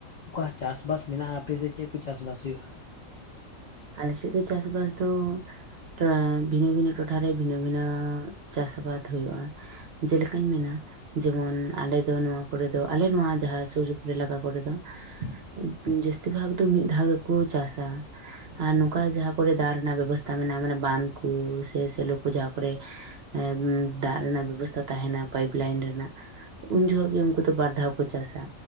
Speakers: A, on the left; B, on the right.
A: ᱚᱠᱟ ᱪᱟᱥ ᱵᱟᱥ ᱢᱮᱱᱟᱜᱼᱟ, ᱟᱯᱮᱥᱮᱜ ᱪᱮᱜ ᱠᱚ ᱪᱟᱥ ᱵᱟᱥ ᱦᱩᱭᱩᱜᱼᱟ?
B: ᱟᱞᱮ ᱥᱮᱫ ᱫᱚ ᱪᱟᱥᱵᱟᱥ ᱫᱚ ᱴᱨᱮᱸ ᱵᱷᱤᱱᱟᱹ ᱵᱷᱤᱱᱟᱹ ᱴᱚᱴᱷᱟ ᱨᱮ ᱵᱷᱤᱱᱟᱹ ᱵᱷᱤᱱᱟᱹᱻ ᱟᱸ ᱪᱟᱥ ᱟᱵᱟᱫ ᱦᱩᱭᱩᱜᱼᱟ᱾ ᱡᱮ ᱞᱮᱠᱟᱧ ᱢᱮᱱᱟ ᱡᱮᱢᱚᱱ ᱟᱞᱮ ᱫᱚ ᱱᱚᱣᱟ ᱠᱚᱨᱮ ᱫᱚ, ᱟᱞᱮ ᱱᱚᱣᱟ ᱡᱟᱦᱟᱸᱨ ᱥᱩᱨ ᱥᱩᱯᱩᱨ ᱤᱞᱟᱠᱟ ᱠᱚᱨᱮ ᱫᱚ <inaudible> ᱟᱸ ᱡᱟᱹᱥᱛᱤ ᱵᱷᱟᱜᱽ ᱫᱚ ᱢᱤᱫ ᱫᱷᱟᱣ ᱜᱮᱠᱚ ᱪᱟᱥᱼᱟ᱾ ᱟᱨ ᱱᱚᱝᱠᱟ ᱡᱟᱦᱟᱸ ᱠᱚᱨᱮ ᱫᱟᱜ ᱨᱮᱱᱟᱜ ᱵᱮᱵᱚᱥᱛᱟ ᱢᱮᱱᱟᱜᱼᱟ ᱢᱟᱱᱮ ᱵᱟᱱ ᱠᱩ ᱥᱮ ᱥᱮᱞᱚ ᱠᱚ ᱡᱟᱦᱟᱸ ᱠᱚᱨᱮ ᱮᱸᱻᱢ ᱫᱟᱜ ᱨᱮᱱᱟᱜ ᱵᱮᱵᱚᱥᱛᱷᱟ ᱛᱟᱦᱮᱸᱱᱟ ᱯᱟᱹᱭᱤᱯ ᱞᱟᱹᱭᱤᱱ ᱨᱮᱱᱟᱜ ᱩᱱ ᱡᱷᱚᱜ ᱜᱮ ᱩᱸᱠᱩ ᱫᱚ ᱵᱟᱨ ᱫᱷᱟᱣ ᱠᱚ ᱪᱟᱥᱼᱟ᱾